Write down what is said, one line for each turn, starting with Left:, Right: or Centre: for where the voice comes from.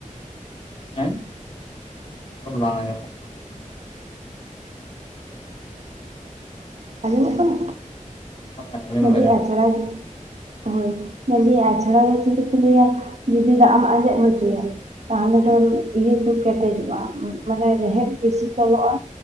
Left: ᱦᱮᱸ ᱨᱚᱲ ᱵᱟᱝ ᱟᱸᱡᱚᱢᱚᱜ
Right: ᱟᱸᱡᱚᱢᱚᱜ
Left: ᱦᱩᱸ
Right: ᱠᱟᱱᱟ?
Left: ᱦᱳᱭ ᱟᱸᱡᱚᱢ
Right: ᱥᱮᱫᱤ
Left: ᱫᱚ ᱟᱸᱡᱚᱢᱚᱜ
Right: ᱟᱪᱷᱲᱟᱪ
Left: ᱠᱟᱱᱟ
Right: ᱦᱳᱭ ᱞᱟᱹᱭ ᱫᱤᱧ ᱟᱪᱷᱟᱲᱟ ᱫᱚ ᱠᱤᱱᱛᱩ ᱠᱚ ᱞᱟᱹᱭᱟ ᱡᱩᱫᱤ ᱫᱟᱜ ᱟᱢᱟᱜ ᱟᱸᱡᱮᱫ ᱦᱚᱪᱚᱭᱟ ᱛᱟᱦᱚᱞᱮ
Left: ᱦᱩᱸ
Right: ᱫᱚ ᱤᱭᱟᱹ ᱠᱚ ᱠᱮᱴᱮᱡᱚᱜᱼᱟ ᱢᱟᱱᱮ ᱨᱮᱦᱮᱫ ᱵᱮᱥᱤ ᱛᱚᱞᱚᱜᱼᱟ